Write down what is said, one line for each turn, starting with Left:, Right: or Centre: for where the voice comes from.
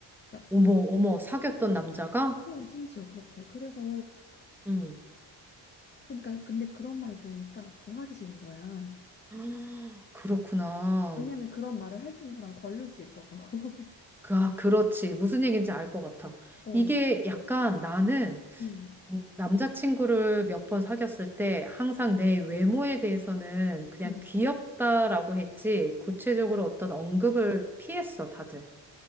Left: 그러니까
Centre: 어머, 어머, 사귀었던 남자가?
Left: 어, 심지어 그렇게. 그래서
Centre: 응.
Left: 그러니까 근데 그런 말 들으니까 더 하기 싫은 거야.
Centre: <gasps> 아, 그렇구나.
Left: 왜냐면 그런 말을 할 수 있는 사람을 걸릴 수 있어서. <laughs>
Centre: 그, 아, 그렇지. 무슨 얘기인지 알 것 같아.
Left: 어,
Centre: 이게 약간 나는
Left: 음,
Centre: 음, 남자친구를 몇 번 사귀었을 때 항상 내 외모에 대해서는 그냥
Left: 음,
Centre: 귀엽다라고 했지 구체적으로 어떤 언급을 피했어, 다들.